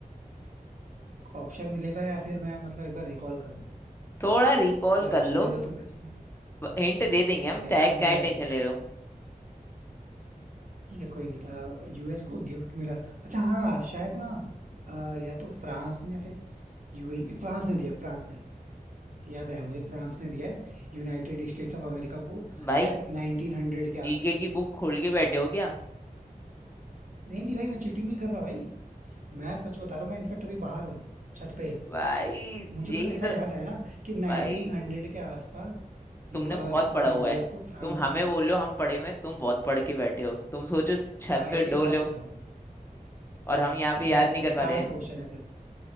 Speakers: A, on the right (about 60°); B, on the left (about 15°).
A: ऑप्शन मिलेगा या फिर मैं मतलब एक बार रिकॉल करूँ
B: थोड़ा रिकॉल
A: अगर ऑप्शन
B: कर लो
A: दे दो तो बेस्ट है
B: हिंट दे देंगे
A: ठीक
B: हम
A: है
B: चाहे
A: एक बार
B: क्या
A: मैं
B: टेंशन
A: रिकॉल
B: ले रहे हो
A: ठीक है कोई नहीं यूएस को गिफ्ट मिला अच्छा हाँ शायद ना अ, या तो फ्रांस ने या फिर यूएई फ्रांस ने दिया फ्रांस ने याद आया मुझे फ्रांस ने दिया है यूनाइटेड स्टेट्स ऑफ अमेरिका को
B: भाई
A: शायद 1900 के आसपास
B: जीके की
A: में
B: बुक खोल के बैठे हो क्या
A: नहीं नहीं भाई मैं चीटिंग नहीं कर रहा भाई मैं सच बता रहा हूँ मैं इनफेक्ट अभी बाहर हूँ छत पे
B: भाई
A: मुझे
B: यही
A: बस ऐसा
B: तो
A: याद आया ना कि 1900
B: भाई
A: के आसपास यू
B: तुमने
A: अ,
B: बहुत
A: मतलब
B: पढ़ा हुआ
A: यूएस
B: है
A: को फ्रांस
B: तुम हमें
A: ने
B: बोलो हम पढ़े हुए हैं तुम बहुत पढ़ के बैठे हो तुम सोचो छत
A: भाई
B: पे डोलो
A: एक बात बताओ
B: और हम यहाँ पे
A: एक
B: याद
A: बात
B: नहीं
A: बताओ
B: कर पा
A: साठ
B: रहे हैं
A: क्वेश्चन है सिर्फ